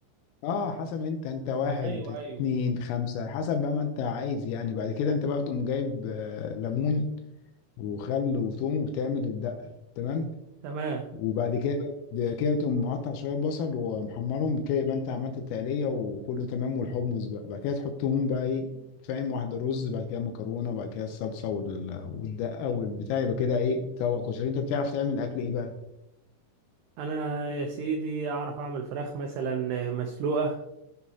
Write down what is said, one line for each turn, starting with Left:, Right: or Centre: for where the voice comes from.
Left: اه حسب انت انت واحد
Right: ايوه
Left: اتنين
Right: ايوه
Left: خمسة حسب بقى ما انت عايز يعني بعد كده انت بقى بتقوم جايب آه، ليمون وخل وثوم وبتعمل الدقة تمام
Right: تمام
Left: وبعد كده بقى- بعد كده تقوم مقطع شويه بصل ومحمرهم كده يبقى انت عملت التقليه وكله تمام والحمص بقى بعد كده تحطهم بقى ايه فاهم واحده رز بعد كده مكرونه بعد كده الصلصه وال- والدقه والبتاع يبقى كده ايه طبق كشري انت بتعرف تعمل اكل ايه بقى
Right: انا يا سيدي اعرف اعمل فراخ مثلا مسلوقه